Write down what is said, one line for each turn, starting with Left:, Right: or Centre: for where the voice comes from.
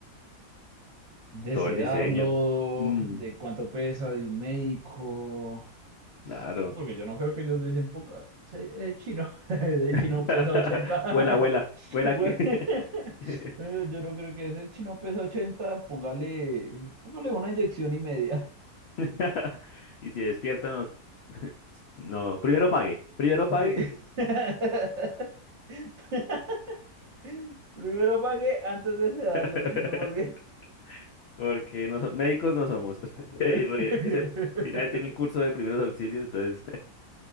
Right: de
Left: Todo
Right: sedarlo,
Left: el diseño, Mm.
Right: de cuánto pesa, de un médico.
Left: claro.
Right: Sí, porque yo no creo que ellos dicen, poca, es chino, <laughs> ese
Left: <laughs>
Right: chino pesa ochenta
Left: Huela, huela,
Right: <laughs>
Left: huela
Right: Güey,
Left: aquí.
Right: <laughs>
Left: <laughs>
Right: yo no creo que ese chino pesa 80 póngale, póngale una inyección y media.
Left: <laughs> Y si despierta, nos... <laughs> No, primero pague, primero
Right: Sí.
Left: pague.
Right: <laughs> Primero pague antes de sedarlo,
Left: <laughs>
Right: chino, porque...
Left: Porque no so- médicos no somos. <laughs>
Right: <laughs>
Left: Y, re- ese, y nadie tiene el curso de primeros auxilios, entonces,